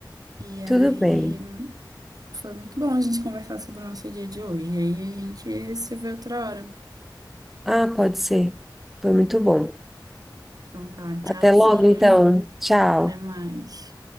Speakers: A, on the right (about 50°); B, in the centre.
A: E aí
B: Tudo bem.
A: foi muito bom a gente conversar sobre o nosso dia de hoje. E aí a gente se vê outra hora.
B: Ah, pode ser. Foi muito bom.
A: Então tá, tchauzinho.
B: Até logo, então. Tchau.
A: Até mais.